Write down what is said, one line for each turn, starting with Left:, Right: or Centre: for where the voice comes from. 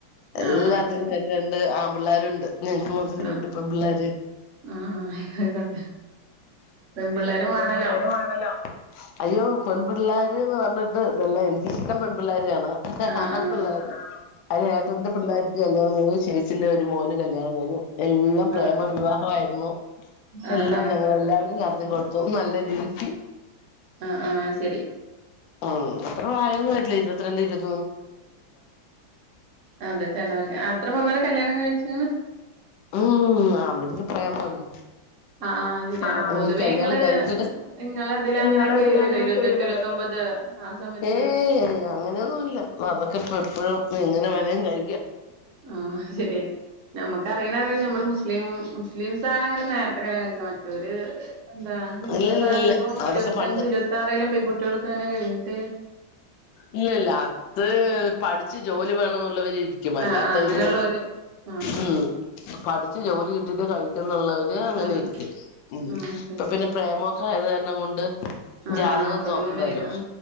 Left: എല്ലാത്തിനും
Right: ആഹ് ആഹ് ശരി
Left: ചന്നുണ്ട് ആമ്പിള്ളേരു ഉണ്ട് ഞങ്ങക്ക് മാത്രം
Right: ആഹ്
Left: രണ്ടപ്പ പിള്ളോര്
Right: ആഹ് ആഹ് ആയിക്കോട്ടെ പെമ്പിള്ളേരും വാണല്ലോ
Left: പിള്ളേണല്ലോ അയ്യോ പെൺപിള്ളേർ എന്ന് പറഞ്ഞിട്ട് ഇതെല്ലാം എനിക്കിഷ്ടം പെൺപിള്ളേർ
Right: ആഹ്
Left: ആ
Right: ആഹ്
Left: പിള്ളേ അ
Right: ഉം
Left: ഏറ്റന്റെ പിള്ളേ കല്യാണം ശെയ്സിന്റെ ഒരു മോന് കല്യാണം കഴു എല്ലാം പ്രേമ
Right: ആഹ്
Left: വിവാഹമായിരുന്നു
Right: ആഹ്
Left: എല്ലാം
Right: ആഹ്
Left: ഞങ്ങളെല്ലാവരും നടത്തി കൊടുത്തു നല്ല രീതി
Right: ആഹ ആഹ ശരി
Left: ആ അത്ര പ്രായമൊന്നും വരിില്ല ഇരുപത്തിരണ്ട് ഇരുപത്തി
Right: അതെ ചേട വരക്ക് അത്ര മന്നര കല്യാണം കഴിച്ചി
Left: ഉം അതിക്ക് പ്രേമല്ലേ
Right: ആഹ് ആഹ് ശരിയാണ്
Left: ആല്
Right: പൊതുവേ ഇങ്ങള് ഇങ്ങളെ ഇതിലങ്ങനെ
Left: നിങ്ങള
Right: കഴിയൂലല്ലോ
Left: ഇതിൽ അങ്ങനെക്കലല്ലോ
Right: ഇരുപത്തെട്ട് ഇരുപത്തൊമ്പത് ആ സമയത്തൊക്കെല്ലേ
Left: ഏയ് അങ്ങനെയൊന്നുമല്ല അതൊക്കെ ഇപ്പ എപ്പഴും എങ്ങനെ വേനയും കഴ
Right: ആഹ ശരി നമ്മുക്കറിയണ അറി നമ്മൾ മുസ്ലിം മുസ്ലിംസണ് െ നേത്തെ കളിയൊക്കെ മറ്റൊര് എന്താ ഹിന്ദുസ
Left: ഇല്ല ഇല്ല
Right: അധികവും
Left: ഇല്ല അതൊക്കെ
Right: ഇരുപത്തഞ്ചച്
Left: പണ്ട്
Right: ഇരുപത്തി ആറിലും പെൺകുട്ടികൾ ക്കാന കഴിഞ്ഞട്ട
Left: ഇല്ല ഇല്ല അത് പഠിച്ച് ജോലി വേണം എന്നുള്ളവരി ഇരിക്കും മല്ലാത്തവര്
Right: ആഹ് ആഹ് അങ്ങനെയുള്ളോര് ആഹ്
Left: ഉ പഠിച്ച് ജോലി കിട്ടിട്ട് കഴിക്കുന്നുള്ളവര് അങ്ങനെ
Right: ആഹ്
Left: ഇരിക്കും ഉ
Right: ആഹ്
Left: ഇപ്പൊ പിന്നെ പ്രേമം ഹായധാരണം കൊണ്ട്
Right: ആഹ
Left: ജാതകം
Right: ആഹ് അപ്പൊ
Left: നോക്കണ്ടല്ലോ
Right: പിന്നെ വേഗം